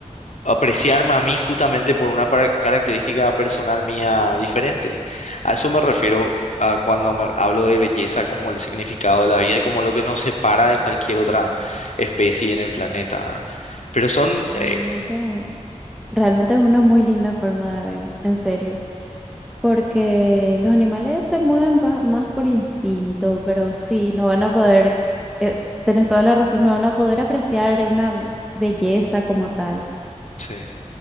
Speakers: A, on the left; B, in the centre.
A: apreciarme a mí justamente por una par- característica personal mía diferente. A eso me refiero a cuando me hablo de belleza como el significado de la vida y como lo que nos separa de cualquier otra especie en el planeta, ¿verdad? Pero son, eh,
B: Realmente Realmente es una muy linda forma de ver, en serio, porque los animales se mueven pa- más por instinto, pero sí, no van a poder, eh, t- tenés toda la razón, no van a poder apreciar una belleza como tal.
A: sí.